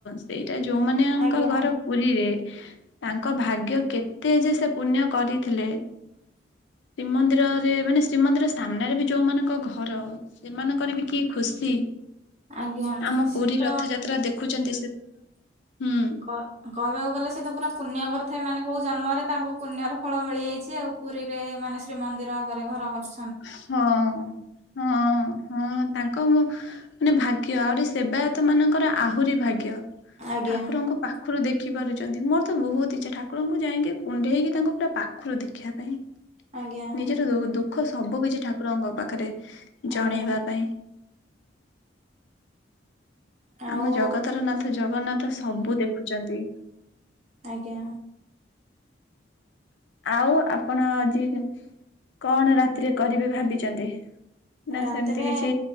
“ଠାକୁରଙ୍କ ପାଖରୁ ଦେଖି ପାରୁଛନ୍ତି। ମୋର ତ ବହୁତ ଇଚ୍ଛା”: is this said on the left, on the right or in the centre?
Left